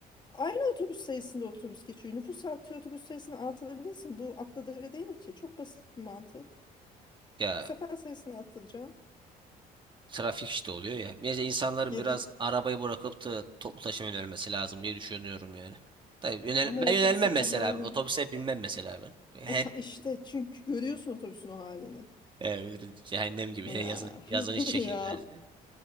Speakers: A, on the left; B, on the right.
A: Aynı otobüs sayısında otobüs geçiyor. Nüfus artıyor otobüs sayısını artırabilirsin. Bu atla deve değil ki. Çok basit bir mantık.
B: Ya
A: Sefer sayısını arttıracaksın.
B: Trafik işte oluyor ya. Bence insanların
A: Geri
B: biraz arabayı bırakıp da toplu taşıma yönelmesi lazım diye düşünüyorum yani. Tabii yönel
A: ama
B: ben
A: o otobüsün
B: yönelmem mesela.
A: o halini
B: Otobüse binmem mesela ben. Her
A: e ta- işte çünkü görüyorsun otobüsün o halini.
B: <laughs> e, cehennem gibi hele
A: Ya
B: yazın yazın
A: <laughs>
B: hiç çekilmez.
A: ya
B: yani.